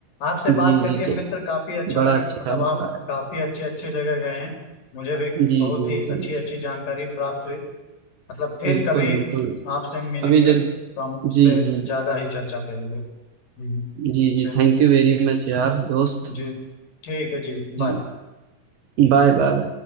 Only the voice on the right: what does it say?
जी
जी
जी
बड़ा
अच्छा
लग
रहा है
जी जी
जी
बिल्कुल
बिल्कुल
अभी जब
जी
जी
जी
जी थैंक यू वेरी मच यार दोस्त
जी
बाय बाय